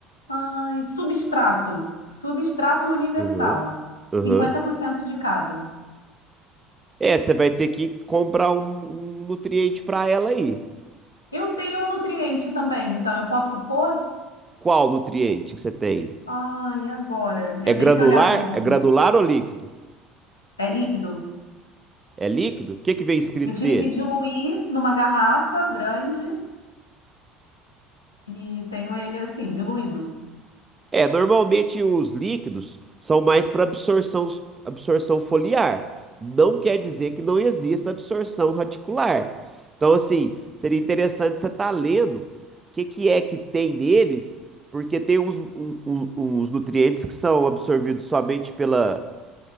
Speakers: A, on the left; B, on the right.
A: ai, substrato, substrato universal,
B: Aham, aham.
A: 50% de cada.
B: É, você vai ter que comprar um, um nutriente para ela aí.
A: Eu tenho um nutriente também, então eu posso pôr?
B: Qual nutriente que você tem?
A: Ah, e agora? Eu
B: É granular?
A: tenho que olhar o nome.
B: É granular ou líquido?
A: É líquido?
B: É líquido? O que que vem escrito
A: Eu tive
B: nele?
A: que diluir numa garrafa grande e tenho ele assim, diluído.
B: É, normalmente os líquidos são mais para absorção, absorção foliar. Não quer dizer que não exista absorção radicular. Então, assim, seria interessante você estar lendo o que que é que tem nele, porque tem uns, um- um- uns nutrientes que são absorvidos somente pela,